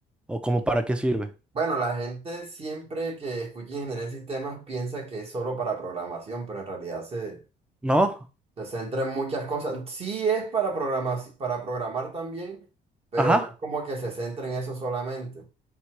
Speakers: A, in the centre; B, on the right.
A: ¿O como para qué sirve?
B: Bueno, la gente siempre que escucha ingeniería de sistemas piensa que es solo para programación, pero en realidad se
A: No.
B: Se centra en muchas cosas. Sí es para programar, para programar también, pero
A: Ajá.
B: no es como que se centra en eso solamente.